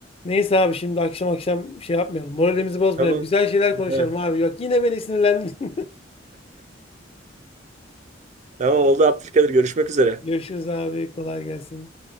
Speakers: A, on the left; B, on the right.
A: Neyse abi şimdi akşam akşam şey yapmayalım. Moralimizi bozmayalım.
B: Tamam.
A: Güzel şeyler konuşalım
B: Evet,
A: abi. Bak yine beni sinirlendin.
B: Tamam oldu Abdülkadir. Görüşmek üzere.
A: <laughs> Görüşürüz abi. Kolay gelsin.